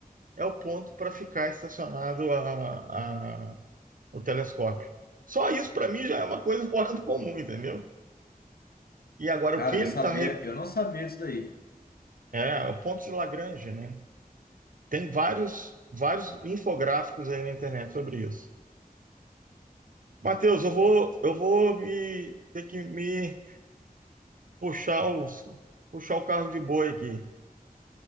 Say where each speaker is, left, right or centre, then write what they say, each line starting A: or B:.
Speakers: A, on the right; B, on the left.
A: é o ponto para ficar estacionado a, a- o telescópio. Só isso para mim já é uma coisa fora do comum, entendeu? E agora
B: Cara,
A: o que ele
B: eu não sabia,
A: está.
B: eu não sabia disso daí.
A: É, o ponto de Lagrange, né? Tem vários, vários infográficos aí na internet sobre isso. Matheus, eu vou, eu vou me ter que me puxar os, puxar o carro de boi aqui.